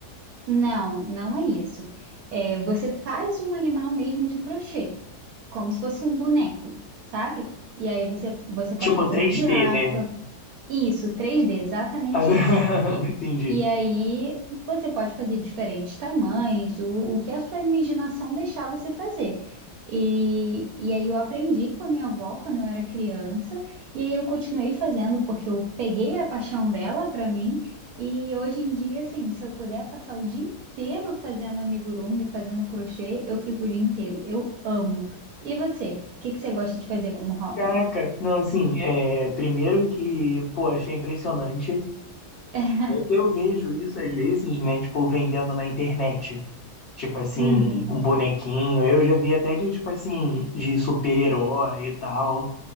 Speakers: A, on the right; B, on the left.
A: Não, não é isso. É, você faz um animal mesmo de crochê, como se fosse um boneco, sabe? E aí você, você pode
B: Tipo
A: fazer
B: três
A: uma girafa,
B: d né?
A: Isso, três d exatamente
B: <laughs>
A: isso. E,
B: Entendi.
A: e aí você pode fazer diferentes tamanhos, o, o que a sua imaginação deixar você fazer. E, e aí eu aprendi com a minha avó quando eu era criança, e aí eu continuei fazendo porque eu peguei a paixão dela para mim, e hoje em dia, assim, se eu puder passar o dia inteiro fazendo amigurumi, fazendo crochê, eu fico o dia inteiro. Eu amo. E você? O que que você gosta de fazer como hobby?
B: Caraca, não, assim, é, primeiro que, pô, achei impressionante
A: <laughs>
B: Eu vejo isso às vezes, né? Tipo, vendendo na internet. Tipo assim,
A: Uhum.
B: um bonequinho. Eu já vi até de, tipo assim, de super-herói e tal.